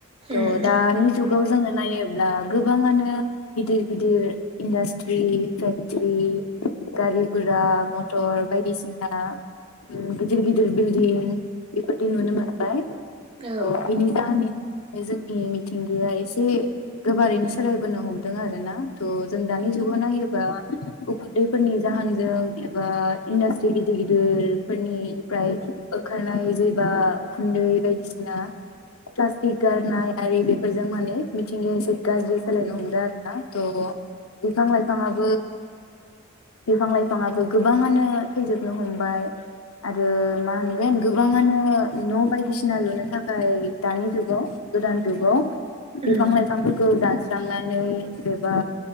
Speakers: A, on the left; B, on the right.
A: थ
B: उम
A: दानि
B: उम
A: जुगाव जोङो नायोब्ला गोबाङानो गिदिर गिदिर इडासट्रि फेक्टिरि गारि गुरा मटर बायदिसिना गिदिर गिदिर बिल्दिं एफोरदि नुनो मोनबाय
B: औ
A: त बिनि जाहोननि बे जोंनि मिथिंगाया एसे गोबारैनो सोलायबोनो हमदों आरो ना तो जों दानि जुगाव नायो बा उखुन्दैफोरनि जाहोनजों एबा इन्डास्ट्रि गिदिर गिदिर फोरनिफ्राय ओखारनाय जेबा उखुन्दै बायदिसिना प्लास्टिक गारनाय आरि बेफोरजों माने मिथिंगाया एसे गाज्रि सोलायनो हमदों हा थ' बिफां लाइफाङाबो बिफां लाइफाङाबो गोबाङानो थैजोबनो हमबाय आरो मा होनगोन गोबाङानो न' बायदिसिना लुनो थाखाय दानि जुगाव गोदान जुगाव
B: उम
A: बिफां लाइफांफोखौ दान स्रांनानै एबा